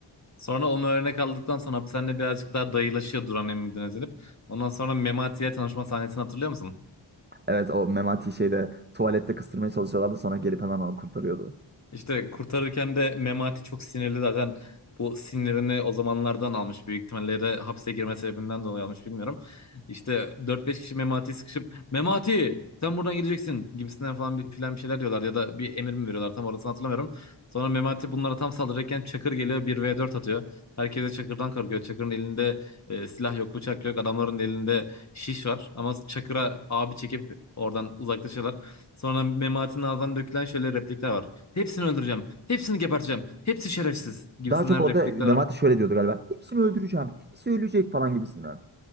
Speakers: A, on the left; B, on the right.
A: Sonra onu örnek aldıktan sonra hapishanede birazcık daha dayılaşıyor Duran Emmi'den özenip. Ondan sonra Memati ile tanışma sahnesini hatırlıyor musun?
B: Evet o Memati şeyde tuvalette kıstırmaya çalışıyorlardı sonra gelip hemen onu kurtarıyordu.
A: İşte kurtarırken de Memati çok sinirli zaten. Bu sinirini o zamanlardan almış. Büyük ihtimalle de hapse girme sebebinden dolayı almış bilmiyorum. İşte dört beş kişi Memati'yi sıkışıp Memati sen buradan gideceksin gibisinden falan bir filan bir şeyler diyorlar ya da bir emir mi veriyorlar tam orasını hatırlamıyorum. Sonra Memati bunlara tam saldıracakken Çakır geliyor bir v dört atıyor. Herkese Çakır'dan korkuyor. Çakır'ın elinde e, silah yok bıçak yok adamların da elinde şiş var ama Çakır'a abi çekip oradan uzaklaşıyorlar. Sonra Memati'nin ağzından dökülen şöyle replikler var. Hepsini öldüreceğim. Hepsini geberteceğim. Hepsi şerefsiz gibisinden
B: Daha çok orada
A: replikler
B: Memati
A: var.
B: şöyle diyordu galiba. Hepsini öldüreceğim. Hepsi ölecek falan gibisinden.